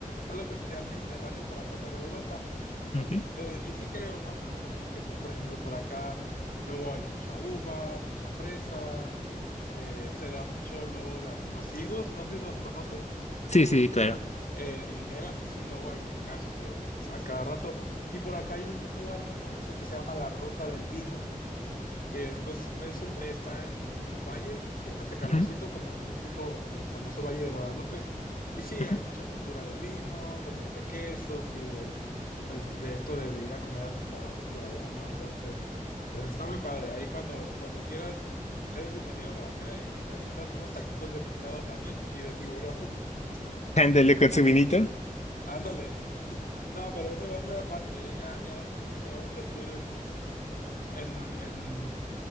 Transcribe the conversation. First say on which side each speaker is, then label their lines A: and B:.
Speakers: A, on the left; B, on the left.
A: a lo que sería el Mediterráneo por acá, por Europa.
B: Ok.
A: Entonces, y sí creo más o menos, porque pues por ejemplo por acá luego hay mucha uva, mucha fresa, eh, se da mucho luego las, los higos, no sé si los conoces,
B: Sí, sí, claro.
A: eh, higueras así luego hay en casas en- a cada rato. Y por acá hay un lugar muy famoso que se llama la Ruta del Vino que después es un, está en, en, un valle que hace calorcito,
B: Ujú,
A: como en un tipo, el famoso Valle de Guadalupe. Y sí,
B: ujú.
A: hay mucha cultura de vino, de, de quesos y de, pues, de esto de, de, ir a comer a restaurantes por allá, ¿no? Entonces, eh, está muy padre. Ahí cuando, cuando quieras, eres bienvenido por acá y, y te avientas unos taquitos de pescado también y de tiburón. <laughs>
B: Ándale con su vinito.
A: Ándale. <laughs> No, pero eso va a ser aparte. ¿eh? Ya, ya después de que hagamos el tour en, en, en,